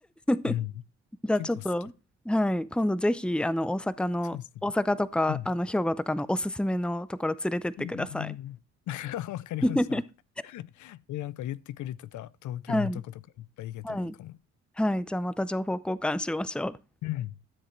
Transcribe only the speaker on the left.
うん。<laughs>
結構好き。
そうですね。
うん。うんうんうんうん。<laughs> わかりました。
え、なんか言ってくれてた東京のとことかいっぱい行けたらいいかも。
うん